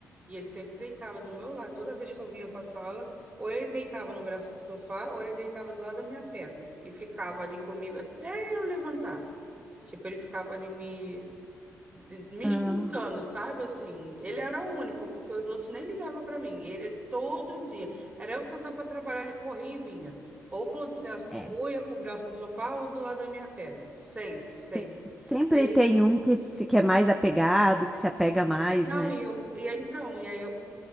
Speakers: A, on the right (about 25°); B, in the centre.
A: e ele sempre deitava do meu lado. Toda vez que eu vinha para a sala, ou ele deitava no braço do sofá, ou ele deitava do lado da minha perna e ficava ali comigo até eu levantar. Tipo, ele ficava ali me de- me
B: Aham.
A: espantando, sabe? Assim, ele era o único, porque os outros nem ligavam para mim. Ele todo dia. Era eu sentar para trabalhar, ele corria e vinha. Ou, pro, braço-
B: É.
A: ou ia pro braço do sofá ou do lado da minha perna. Sempre, sempre.
B: Se- sempre
A: E aí,
B: tem um que, se, que é mais apegado, que se apega mais,
A: não,
B: né?
A: e eu, e aí, então, e aí eu,